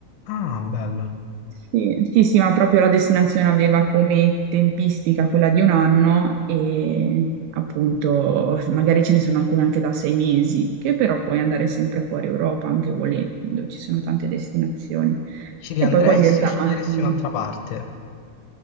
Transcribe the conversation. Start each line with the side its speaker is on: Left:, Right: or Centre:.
Left: Ah, bello.
Right: Sì, sì, sì, ma proprio la destinazione aveva come tempistica quella di un anno e appunto magari ce ne sono alcune anche da sei mesi, che però puoi andare sempre fuori Europa anche volendo, ci sono tante destinazioni.
Left: Ci riandresti
Right: E poi con gli esami.
Left: o sceglieresti un'altra parte?